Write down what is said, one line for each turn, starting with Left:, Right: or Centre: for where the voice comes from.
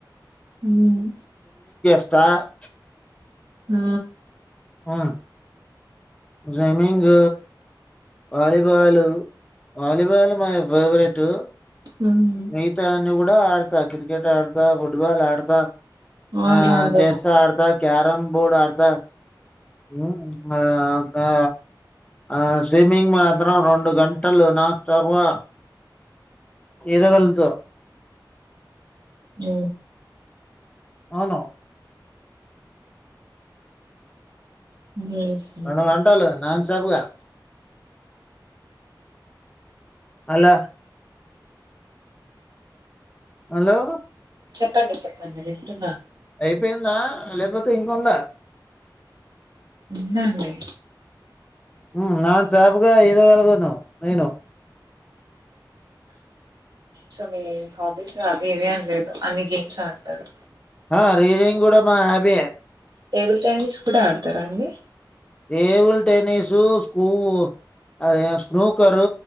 Right: హుమ్
Left: త
Right: హ
Left: ఆ swimming volleyball volleyball my favourite
Right: మ్మ్
Left: మిగతా అన్ని కు డ ఆడత క్రికెట్ ఆడతా ఫుట్బాల్ ఆడతా
Right: ఆల్
Left: ఆ
Right: రౌండర్
Left: చేస్తా ఆడతా క్యారంమ్ బాడ్ ఆడతా హు ఆ ఆ ఆ స్విమ్మింగ్ మాత్రం రెండు గంటలు నాన్ స్టాపుగా ఇదా గలుగుతా
Right: అ
Left: అవును
Right: నైస్ అండి
Left: రెండు గంటలు నాన్ స్టాపుగా అలా హలో
Right: ప్పండి చెప్పండి వింటున్న
Left: అయిపోయిందా లేపోతే ఇంకుందా
Right: ఉందండి
Left: హు నాన్ స్టాప్ గా ఇదా గలుగుతాను నేను
Right: సో మీ హాబీస్లా అవి ఇవి అని లేదు అన్ని గేమ్స్ ఆడతారు
Left: హు రీడింగ్ కూడా మా హబియే
Right: టేబుల్ టెన్నిస్ కూడా ఆడతారా అండి
Left: టేబుల్ టెన్నిస్ సు స్కూ అదే స్ట్రోకరు